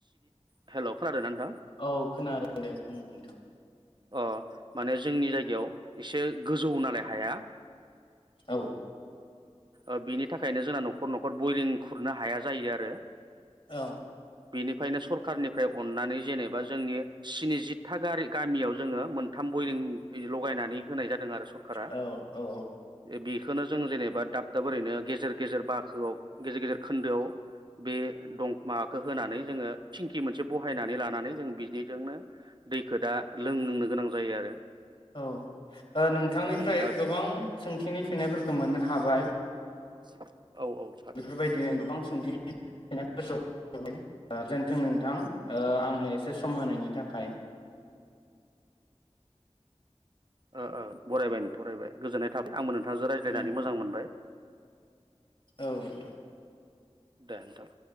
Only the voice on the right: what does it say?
<unintelligible> हेलौ खोनादोंना नोंथां
अ माने जोंनि जायगायाव एसे गोजौ नालाय हाया
ओ बिनि थाखायनो जोंना नखर नखर बयरिं खुरनो हाया जायो आरो।
बेनिफ्रायनो सरखारनिफ्राय अननानै जेनेबा जोंनि स्निजिथा गारि गामियाव जोङो मोनथाम बरिं लगायनानै होनाय जादों आरो स सरखारा
<unintelligible> बेखौनो जों जेनेबा दाब दाब ओरैनो गेजेर गेजेर बाखोआव गेजेर गेजेर खोन्दोआव बे दं माबाखौ होनानै जोङो थिंखि मोनसे बहायनानै लानानै जों बिनिजोंनो दैखो दा लोंनो गोनां जायो आरो।
उम दा
<unintelligible> थारै
ओ ओ बरायबाय बरायबाय गोजोननाय थाबाय आंबो नो थांजों रायज्लायनानै
मोजां मोनबाय।
दे नोंथां